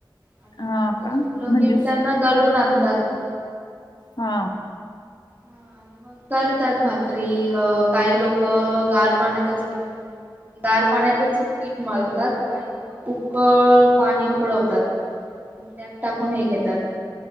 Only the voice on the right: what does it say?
आणि
मग ते
सुकलं
की मी
त्यांना दलून आणतात.
हा आणि मग करतात भाकरी अ काही लोक गार पाण्यातच घेऊन. दार पाण्यातच पीठ माळतात का? लोक उकळ पाणी उकडवतात आणि त्यात टाकून हे घेतात.